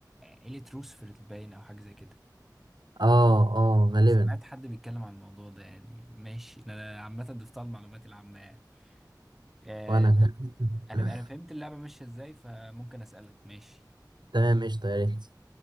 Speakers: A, in the centre; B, on the right.
A: عيلة روزفلت باين او حاجة زي كده
B: اه اه غالبا
A: سمعت حد بيتكلم عن الموضوع ده يعني ماشي انا عامة ضفتها المعلومات العامة يعني آه،
B: وأنا كان <laughs>
A: انا انا فهمت اللعبة ماشية ازاي فممكن اسألك ماشي
B: تمام قشطة يا ريت